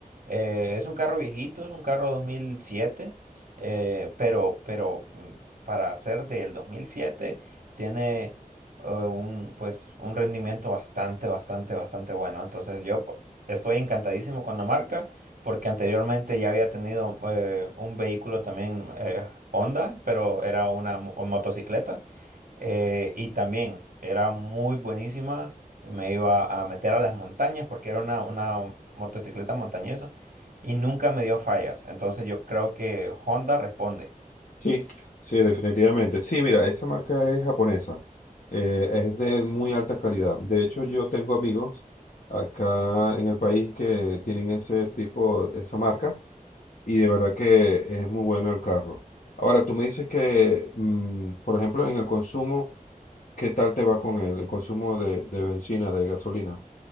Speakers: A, on the right; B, on the left.
A: eh, es un carro viejito, es un carro 2007, eh, pero, pero mm, para ser del 2007 tiene eh, un, pues, un rendimiento bastante, bastante, bastante bueno. Entonces yo p- estoy encantadísimo con la marca porque anteriormente ya había tenido eh, un vehículo también eh, Honda, pero era una mo- motocicleta. Eh, y también era muy buenísima. Me iba a meter a las montañas porque era una, una motocicleta montañesa y nunca me dio fallas. Entonces yo creo que Honda responde.
B: Sí, sí, definitivamente. Sí, mira, esa marca es japonesa. Eh, es de muy alta calidad. De hecho, yo tengo amigos acá en el país que tienen ese tipo, esa marca. y de verdad que es muy bueno el carro. Ahora, tú me dices que, mm, por ejemplo, en el consumo, ¿qué tal te va con el, el consumo de, de benzina, de gasolina?